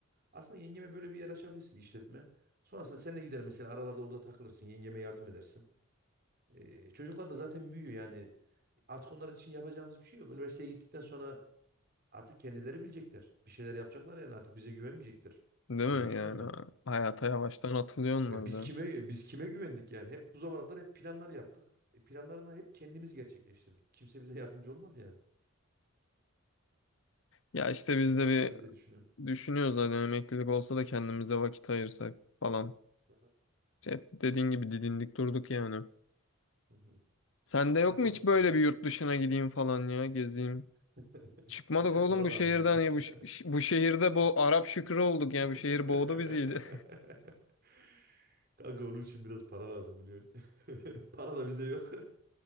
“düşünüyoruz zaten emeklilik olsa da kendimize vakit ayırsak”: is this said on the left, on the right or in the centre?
Left